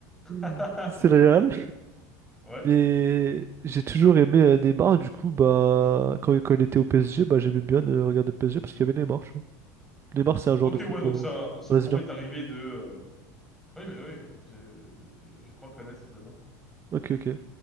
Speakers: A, in the centre; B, on the right.
A: <laughs>
B: <laughs> C'est
A: T'inquiète.
B: le Real.
A: Ouais.
B: Mais j'ai toujours aimé euh, Neymar, du coup, bah... Quand, quand il était au PSG, bah j'aimais bien euh, regarder le PSG, parce qu'il y avait Neymar, tu vois. Neymar, c'est un joueur
A: Ok,
B: de foot...
A: ouais, donc
B: euh,
A: ça, ça
B: brésilien.
A: pourrait t'arriver de. euh, Oui, mais oui, je, je, je crois connaître de nom.
B: Ok, ok. Ah,